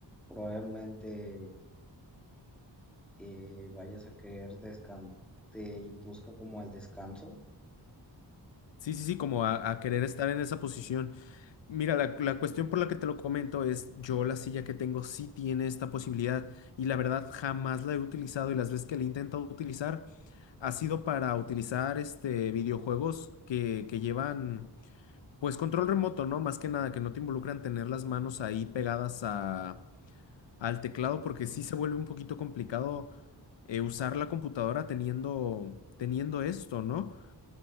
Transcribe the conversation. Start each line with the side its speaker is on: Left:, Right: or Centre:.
Centre: probablemente eh, vayas a querer descan te induzca como al descanso.
Left: Sí, sí, sí, como a a querer estar en esa posición. Mira, la, la cuestión por la que te lo comento es, yo la silla que tengo sí tiene esta posibilidad y la verdad jamás la he utilizado y las veces que la he intentado utilizar ha sido para utilizar este videojuegos que, que llevan pues control remoto, ¿no? Más que nada que no te involucran tener las manos ahí pegadas a, al teclado porque sí se vuelve un poquito complicado eh, usar la computadora teniendo, teniendo esto, ¿no?